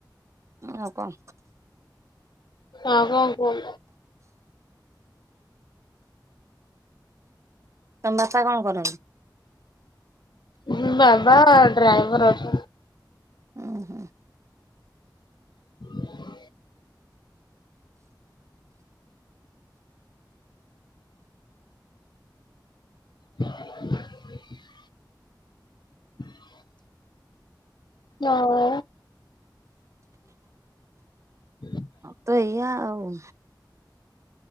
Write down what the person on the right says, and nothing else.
ଆଉ କଣ?
ତମ ବାପା କଣ କରନ୍ତି?
ଉଁ ହୁଁ।
ତ ଏଇଆ ଆଉ।